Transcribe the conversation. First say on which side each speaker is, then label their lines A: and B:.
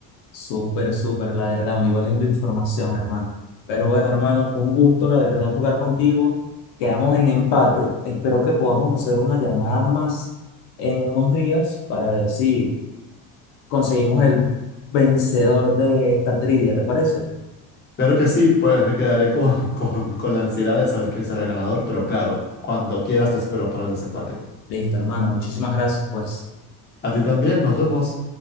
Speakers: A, on the left; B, on the left.
A: Súper, súper, la verdad. Muy buena información, hermano. Pero bueno, hermano, fue un gusto, la verdad, jugar contigo. Quedamos en empate. Espero que podamos hacer una llamada más en unos días para ver si conseguimos el vencedor de esta trivia, ¿te parece?
B: Claro que sí, pues me quedaré con, <laughs> con, con la ansiedad de saber quién será el ganador, pero claro, cuando quieras te espero para el desempate.
A: Listo, hermano, muchísimas gracias, pues.
B: A ti también, nos vemos.